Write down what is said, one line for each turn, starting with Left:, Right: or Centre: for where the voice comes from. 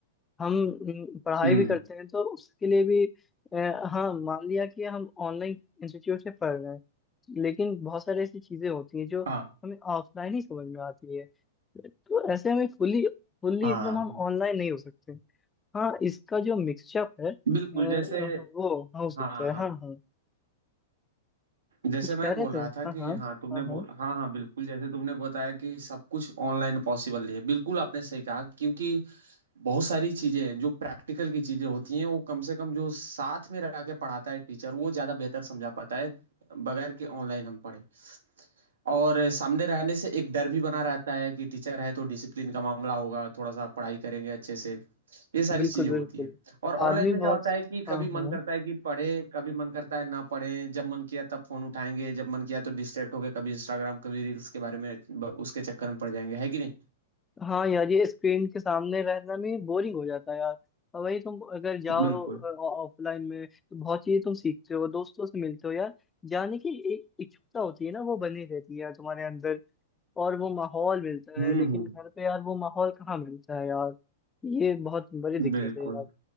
Left: हम हम्म, पढ़ाई
Right: हम्म,
Left: भी करते हैं तो उसके लिए भी अ, हाँ मान लिया कि हम ऑनलाइन इंस्टीट्यूट से पढ़ रहे हैं लेकिन बहुत सारी ऐसी चीजें होती हैं जो
Right: हाँ
Left: हमें ऑफलाइन ही समझ में आती है तो ऐसे हमें फुल्ली फुल्ली
Right: हाँ
Left: एकदम
Right: हाँ,
Left: हम ऑनलाइन नहीं हो सकते हाँ इसका जो मिक्सचअप है अ,
Right: बिल्कुल
Left: वो
Right: जैसे
Left: हो सकता
Right: हाँ
Left: है
Right: हाँ
Left: हाँ हाँ
Right: जैसे
Left: कुछ
Right: मैं
Left: कह रहे
Right: बोल रहा
Left: थे
Right: था
Left: हाँ
Right: कि
Left: हाँ
Right: हाँ तुमने
Left: हाँ हाँ
Right: बोल हाँ हाँ बिल्कुल जैसे तुमने बताया कि सब कुछ ऑनलाइन पॉसिबल नहीं है बिल्कुल आपने सही कहा क्योंकि बहुत सारी चीजें हैं जो प्रैक्टिकल की चीजें होती हैं वो कम से कम जो साथ में रह के पढ़ाता है टीचर वो ज्यादा बेहतर समझा पाता है बगैर कि ऑनलाइन हम पढ़े और सामने रहने से एक डर भी बना रहता है कि टीचर है तो डिसिप्लिन का मामला होगा थोड़ा सा पढ़ाई करेंगे अच्छे से ये सारी
Left: बिल्कुल
Right: चीजें होती
Left: बिल्कुल
Right: है और ऑनलाइन
Left: आदमी
Right: में क्या
Left: बहुत
Right: होता है कि कभी
Left: हाँ हाँ
Right: मन करता है कि पढ़े कभी मन करता है ना पढ़े जब मन किया तब फोन उठाएंगे जब मन किया तो डिस्ट्रैक्ट होके कभी इंस्टाग्राम कभी रील्स के बारे में ब- उसके चक्कर में पड़ जाएंगे है कि नहीं
Left: हाँ यार ये स्क्रीन के सामने रहना भी बोरिंग हो जाता है यार और वही तुम अगर जाओ
Right: बिल्कुल
Left: ऑफलाइन में तो बहुत चीजें तुम सीखते हो दोस्तों से मिलते हो यार जाने की एक इच्छुकता होती है ना वो बनी रहती है यार तुम्हारे अंदर और वो माहौल मिलता
Right: हम्म
Left: है लेकिन
Right: हम्म
Left: घर पे यार वो माहौल कहाँ मिलता है यार ये बहुत बड़ी दिक्कत
Right: बिल्कुल
Left: है यार